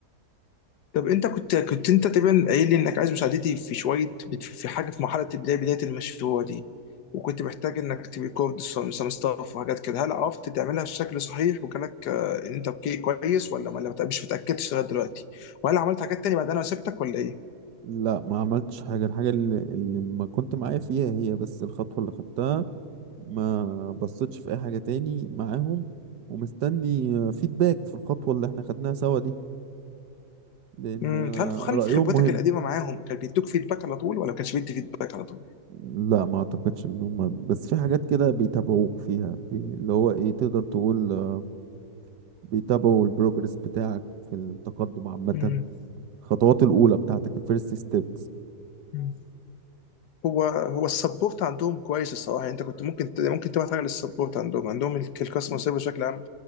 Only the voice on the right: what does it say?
لا ما عملتش حاجه الحاجه اللي, اللي ما كنت معايا فيها هي بس الخطوه اللي خدتها ما بصيتش في اي حاجه تاني معاهم ومستني فيدباك في الخطوه اللي احنا خدناها سوا دي لان
آه،
رايهم
مهم
لا ما اعتقدش ان هم بس في حاجات كده بيتابعوك فيها بي... اللي هو ايه تقدر تقول آه، بيتابعوا البروجرس بتاعك في التقدم عامة
الخطوات الاولى بتاعتك الفيرست ستيبس